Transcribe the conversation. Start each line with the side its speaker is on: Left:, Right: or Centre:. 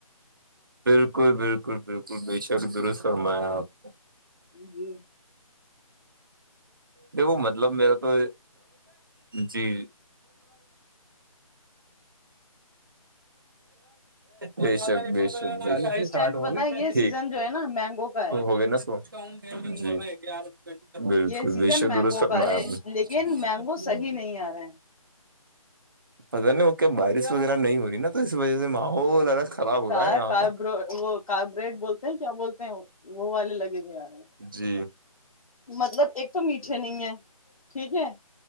Right: بالکل بالکل بالکل بے شک درست فرمایا آپ نے
Left: جی
Right: دیکھو مطلب میرا تو جی بے شک بے شک چالیس سے
Left: اس ٹائم
Right: ساٹھ
Left: پہ
Right: ہو
Left: پتا
Right: نا
Left: ہے یہ
Right: ٹھیک
Left: سیزن جو ہے نا مینگو کا ہے
Right: ہوگئے نا س تو ہے گ آر گنے <unintelligible> بالکل
Left: یہ سیزن
Right: بے شک
Left: مینگو
Right: دورست فرمایا
Left: کا ہے لیکن مینگو
Right: آپ نے
Left: صحیح نہیں آ رہے ہیں
Right: پتا نہیں وہ کیا بارش وغیرہ نہیں ہو رہی نا تو اس وجہ سے ماحول الگ خراب ہو
Left: سارب
Right: رہا ہے یہاں کا
Left: وہ کاربائڈ بولتے ہیں کیا بولتے ہیں وہ والے لگے ہوئے آ رہے ہیں
Right: جی
Left: مطلب ایک تو میٹھے نہیں ہے ٹھیک ہے